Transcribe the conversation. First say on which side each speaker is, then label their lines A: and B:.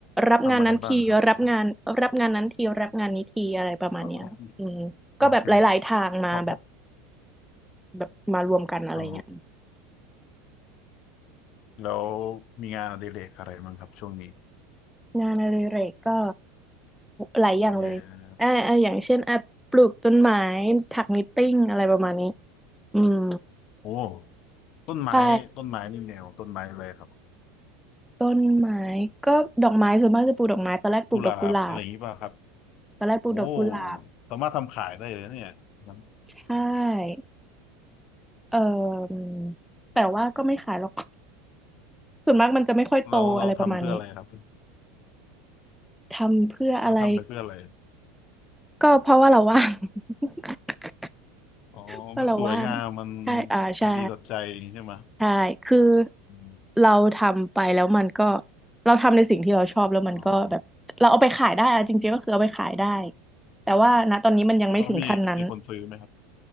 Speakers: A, in the centre; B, on the left.
A: รับงานนั้นทีรับงานรับงานนั้นทีรับงานนี้ทีอะไรประมาณเนี้ยอืมก็แบบหลายๆทางมาแบบ
B: ทำอะไรบ้างครับอืมอ๋อโอเคเพราะเพราะ
A: แบบมารวมกันอะไรเงี้ย
B: อ๋อแล้วมีงานอดิเรกอะไรบ้างครับช่วงนี้
A: งานอดิเรกก็หลายอย่างเลยอ่าอ่าอย่างเช่นอ่ะปลูกต้นไม้
B: เย้
A: ถักนิตติ้งอะไรประมาณนี้อืม
B: โอ้ต้นไม้ต้นไม้นี่แนวต้นไม้อะไรครับ
A: ใช่ต้นไม้ก็ดอกไม้ส่วนมากจะปลูกดอกไม้ตอนแรกปลูกดอกกุหลาบ
B: กุหลาบอะไรอย่างนี้ป่ะครับ
A: ตอนแรกปลูกดอกกุหลาบ
B: โอ้สามารถทำขายได้เลยนะเนี่ยนะ
A: ใช่ เอ่อแต่ว่าก็ไม่ขายหรอก <laughs> ส่วนมากมันจะไม่ค่อยโตอะไรประมาณนี้
B: เราเราทำเพื่ออะไรครับ
A: ทำเพื่ออะไร
B: เราทำไปเพื่ออะไร
A: ก็เพราะว่าเราว่าง <laughs>
B: อ๋อมันสวยงามมัน
A: เพราะเราว่างใช่อ่าใช่
B: มันดีต่อใจอย่างนี้ใช่ไหม
A: ใช่คือ
B: อืม
A: เราทำไปแล้วมันก็เราทำในสิ่งที่เราชอบแล้วมันก็แบบเราเอาไปขายได้อะจริงๆก็คือเอาไปขายได้
B: อ๋อ
A: แต่ว่าณตอนนี้มันยังไม่ถึงขั้นนั้น
B: แล้วมีมีคนซื้อไหมครับ